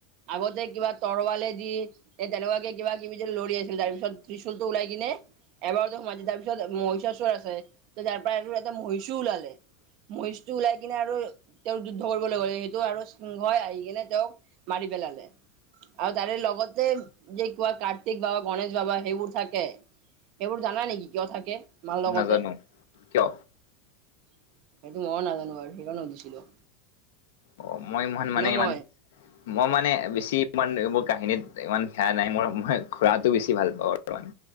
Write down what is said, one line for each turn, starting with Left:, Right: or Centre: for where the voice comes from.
Right: আগতে কিবা তৰৱালে দি এই তেনেকুৱাকে কিবা কিবি যে লৰি <unintelligible> আছিলে তাৰ পিছত ত্ৰিশুলটো ওলাই কিনে এবাৰতে সোমাই দি তাৰপিছত মহিষাসুৰ আছে তাৰ পৰা আৰু এটা মহিষু ওলালে। মহিষটো ওলাই কিনে আৰু তেওঁক যুদ্ধ কৰিবলৈ গ'লে সেই তো আৰু চিংহই আহি কেনে তেওঁক মাৰি পেলালে। আৰু তাৰে লগতে যে কোৱা কাৰ্তিক বাবা গণেশ বাবা সেইবোৰ থাকে। সেইবোৰ জানা নেকি কিয় থাকে? মাৰ লগতে,
Left: নাজানো
Right: সেইটো
Left: কিয়
Right: মইয়ো নাজানো বাৰু সেইকাৰণে সুধিছিলোঁ।
Left: অ', মই ইমান মানে ইমান
Right: মই
Left: মই মানে বেছি ইমান মোৰ কাহিনীত ইমান সেয়া নাই মোৰ। মই ঘূৰাটো বেছি ভাল পাওঁ আৰু।